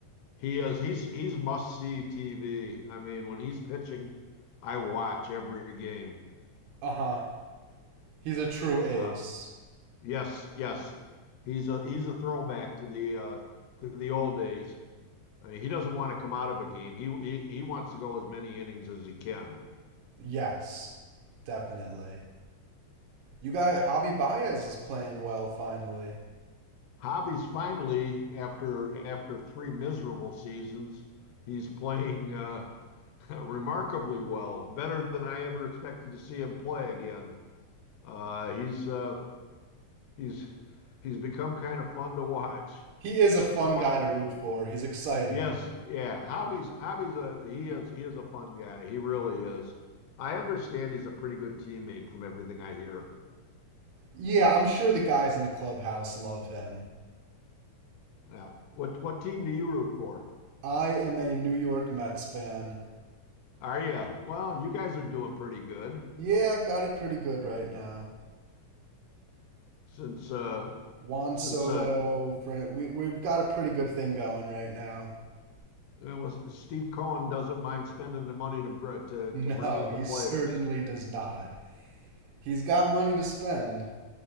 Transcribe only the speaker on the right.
Uh-huh. He's a true ace.
Yes, definitely. You got Javi Baez is playing well finally.
He is a fun
guy to root for. He's exciting.
Yeah, I'm sure the guys in the clubhouse love him.
I am a New York Mets fan.
Yeah, I've got it pretty good right now.
Juan
Soto,
Fran- we, we've got a pretty good thing going right now. <laughs>
No,
he
certainly does not. He's got money to spend.